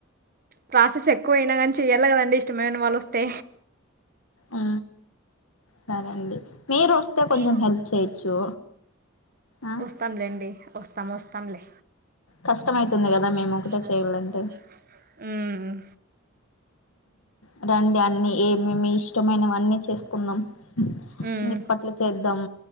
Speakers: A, on the right; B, on the left.
A: ప్రాసెస్ ఎక్కువయినా కానీ చెయ్యాలి కదండి ఇష్టమేమైన వాళ్ళు వస్తే
B: ఆ సరే అండి మీరు వస్తే కొంచెం
A: య
B: హెల్ప్ చేయొచ్చు ఆ
A: వస్తాంలేండి వస్తాం వస్తాంలే
B: కష్టం అయితుంది
A: కష్టమతుంది
B: కదా మేము ఒకటే
A: కద
B: చేయాలంటే
A: మేము
B: అ రండి అన్ని ఏమేమి ఇష్టమైనవన్నీ చేసుకుందాం
A: మ్మ్.
B: నిప్పట్లు చేద్దాం